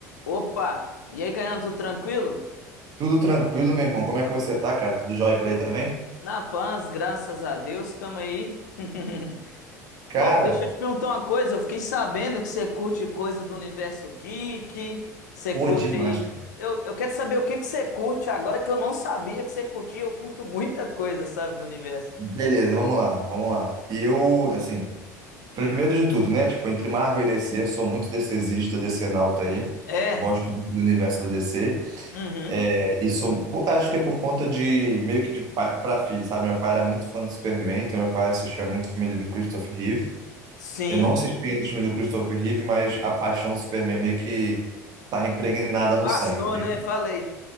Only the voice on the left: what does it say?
Opa! E aí, Kainan, tudo tranquilo?
Na paz, graças a Deus, tamo aí. <laughs>
Ô, deixa eu te perguntar uma coisa. Eu fiquei sabendo que você curte coisa do universo geek. Você
curte
aí.
Eu, eu quero saber o que que você curte agora que eu não sabia que você curtia. Eu curto muita coisa, sabe, do universo.
É.
Uhum.
Sim.
Passou,
né? Falei.